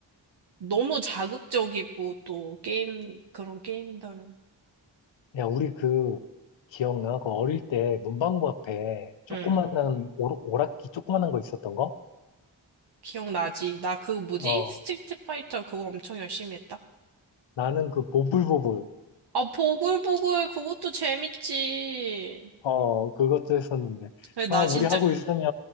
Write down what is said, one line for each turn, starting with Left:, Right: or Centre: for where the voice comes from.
Right: 너무 자극적이고, 또 게임, 그런 게임들은.
Left: 야, 우리 그, 기억나? 그 어릴 때 문방구 앞에 조그만한
Right: 음,
Left: 오, 오락기 조그만한 거 있었던 거?
Right: 기억나지? 나 그 뭐지?
Left: 어,
Right: 스트리트 파이터 그거 엄청 열심히 했다.
Left: 나는 그 보불보불.
Right: 아, 보글보글 그것도 재밌지.
Left: 어, 그것도 했었는데.
Right: 근데
Left: 막
Right: 나
Left: 우리
Right: 진짜,
Left: 하고 있으면